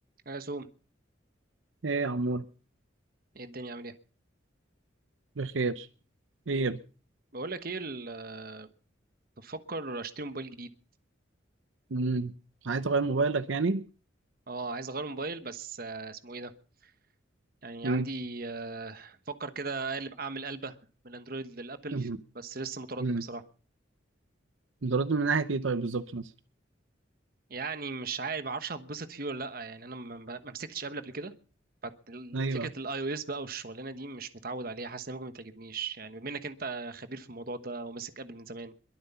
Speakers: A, on the right (about 50°); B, on the right (about 80°).
A: يا سوم
B: ايه يا عمور
A: ايه الدنيا عامل ايه
B: بخير خير
A: بقول لك ايه ال- آه، بفكر اشتري موبايل جديد
B: امم عايز تغير موبايلك يعني
A: اه عايز اغير موبايل بس آه، اسمه ايه ده يعني
B: امم
A: عندي آه، بفكر كده اقلب اعمل قلبه من الاندرويد للابل
B: امم
A: بس لسه متردد
B: أمم.
A: بصراحه
B: بترد من ناحية ايه طيب بالظبط مثلا
A: يعني مش عارف ما اعرفش هتبسط فيه ولا لا يعني انا ما ما- ما مسكتش ابل قبل كده ففكره
B: ايوه
A: الاي او اس بقى والشغلانه دي مش متعود عليها حاسس ان ممكن ما تعجبنيش يعني بما انك انت خبير في الموضوع ده وماسك ابل من زمان